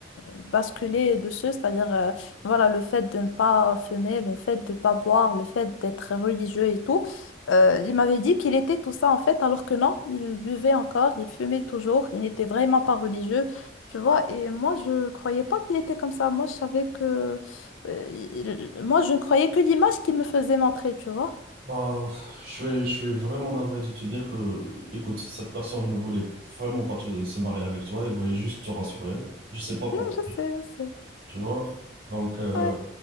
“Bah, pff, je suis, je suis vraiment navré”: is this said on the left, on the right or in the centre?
Right